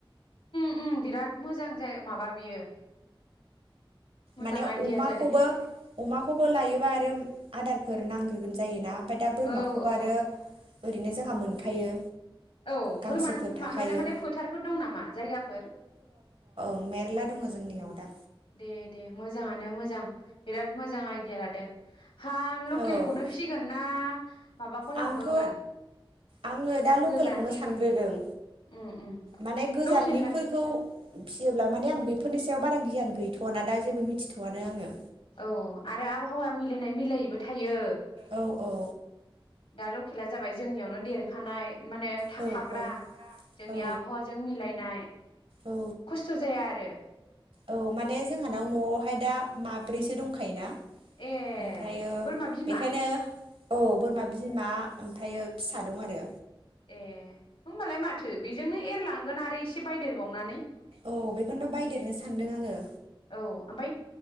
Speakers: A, on the left; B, on the right.
A: ओम बिराद मोजां जायो माबा बियो मोजां
B: माने
A: आइडिया
B: अमाखौबो
A: जादों
B: अमाखौबो लायोबा आरो आदार फोर नांग्रोगौ जायोना? ओमफ्राय दा बोरमाखौबो
A: औ औ
B: आरो ओरैनो जोंहा मोनखायो
A: औ
B: गांसोफोर
A: बोरमानो
B: थाखायो
A: माने माने फोथारफोर दं नामा जायगाफोर
B: <unintelligible> रला दङ जोंनियाव दा
A: दे दे मोजाङानो मोजां बिराद मोजां आइदिया लादों हा लकेलखौनो
B: औ
A: फिसिगोन ना माबाखौ लाबोगोन?
B: आंथ' आङो दा लकेलखौनो
A: गोजाननि
B: सानग्रोदों
A: उम उम
B: माने गोजाननिफोरखौ
A: लकेल
B: फिसियोब्ला माने आं बेफोरनि सायाव बारा गियान गैथवा ना दा जेबो मिथिथआनो आङो
A: औ आरो आबहावा मिलायनाय मिलायैबो थायो
B: औ औ
A: दा लकेला जाबाय जोंनियावनो देरखानाय माने थाखाग्रा
B: औ
A: जोंनि
B: औ
A: आबहावाजों मिलायनाय
B: औ
A: खस्थ जाया आरो
B: औ माने जोंहानाव नआवहाय दा माब्रैसो दंखायोना
A: ए
B: ओमफ्रायो
A: बोरमा बिमा
B: बेखायनो औ बोरमा बिमा ओमफ्रायो फिसा दं आरो
A: ए होनोमबालाय माथो बेजोंनो एरलांगोन आरो एसे बायदेरबावनानै
B: औ बेखौनोथ बायदेरनो सानदों आङो।
A: औ ओमफ्राय